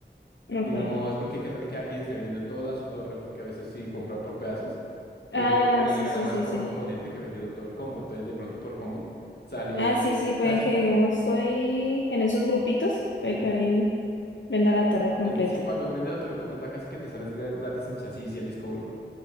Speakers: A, on the left; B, on the left.
A: Ok.
B: Digamos, porque qué tal que alguien esté vendiendo toda su torre, porque a veces si compran por pedazos, ellos,
A: Ah,
B: uno
A: sí,
B: le gana
A: sí,
B: más
A: sí,
B: por
A: sí.
B: componente que vendiendo todo el combo. Entonces de pronto por combo sale
A: Ah, sí, sí, pueden
B: casi,
A: que
B: que-
A: digamos estoy en esos grupitos, puede
B: sí,
A: que alguien venda la torre completa.
B: Es que sí, cuando vendes la torre completa casi que te sales gra- gratis el chasis y el disco duro,